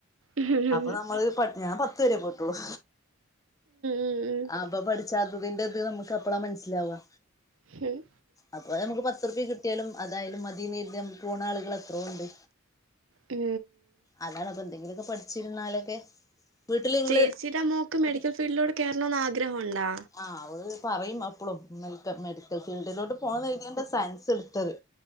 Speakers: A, on the right; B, on the left.
A: ഉം
B: അപ്പൊ നമ്മള് പട് ഞാ പത്ത് വരെ പോയിട്ടൊള്ളു
A: ഉം ഉം
B: അപ്പൊ പഠിച്ചാത്തതിന്റെ ഇത് നമുക്ക് അപ്പളാ മനസ്സിലാവാ
A: ഹും
B: അപ്പൊ നമുക്ക് പത്ത്റ്പ്പി കിട്ടിയാലും അതായാലും മതിന്നേര്തി അങ്ങട്ട് പോണ ആളുകൾ എത്രോ ഇണ്ട്.
A: ഉം
B: അതാണ് അപ്പൊ എന്തെങ്കിലൊക്കെ പഠിച്ചിരുന്നാലൊക്കെ വീട്ടില് നിങ്ങള്
A: ചേച്ചിടെ മോക്ക് മെഡിക്കൽ
B: ഒരു
A: ഫീൽഡിലോട്ട് കേറണോന്ന് ആഗ്രഹഉണ്ടോ
B: ആഹ് ഓള് പറയും അപ്പളും. നിൻ ക്ക്‌ മെഡിക്കൽ ഫീൽഡിലോട്ട് പോണം ന്ന് കരുതീങ്ങാണ്ടാ സയൻസ് ഇടുത്തത്